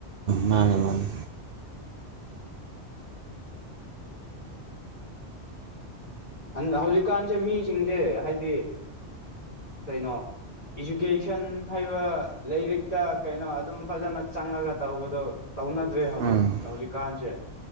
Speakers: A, on the right; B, on the left.
A: ꯃꯥꯅꯤ ꯃꯥꯅꯤ
B: <unintelligible> ꯍꯧꯖꯤꯛꯀꯥꯟꯁꯦ ꯃꯤꯁꯤꯡꯁꯦ ꯍꯥꯏꯗꯤ ꯀꯩꯅꯣ ꯏꯖꯨꯀꯦꯁꯟ ꯍꯥꯏꯕ ꯂꯥꯏꯔꯤꯛꯇ ꯀꯩꯅꯣ ꯑꯗꯨꯝ ꯐꯖꯅ ꯆꯪꯉꯒ ꯇꯧꯕꯗꯣ ꯇꯧꯅꯗ꯭ꯔꯦ ꯍꯧꯖꯤꯛ
A: ꯎꯝ
B: ꯍꯧꯖꯤꯛꯀꯥꯟꯁꯦ